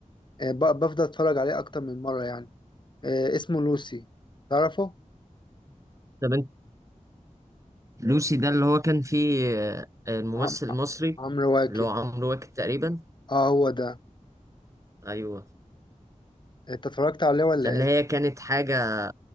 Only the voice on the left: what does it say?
آه، ب- بفضل أتفرج عليه أكتر من مرة يعني آه، اسمه لوسي تعرفه
عم...
عمرو واكد
اه هو ده
انت اتفرجت عليه ولا
ايه